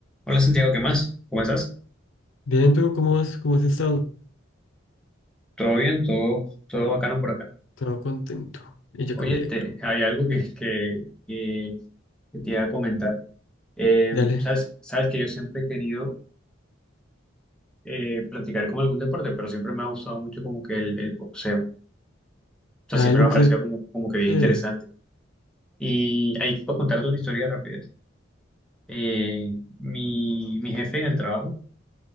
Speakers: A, in the centre; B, on the left.
A: Hola Santiago, ¿qué más? ¿Cómo estás?
B: Bien, ¿tú cómo has, cómo has estado?
A: ¿Todo bien? ¿Todo, todo bacano por acá?
B: Todo contento. Y yo
A: Oye,
B: que me alegro.
A: te, hay algo que, que, que- que te iba a comentar. Eh,
B: Dale.
A: sabes, sabes que yo siempre he querido eh, practicar como algún deporte, pero siempre me ha gustado mucho como que el, el boxeo. O sea,
B: Ah,
A: siempre
B: el boxeo.
A: me ha parecido como, como que bien
B: eh,
A: interesante. Y ahí puedo contarte una historia rápida. Eh, mi, mi jefe en el trabajo,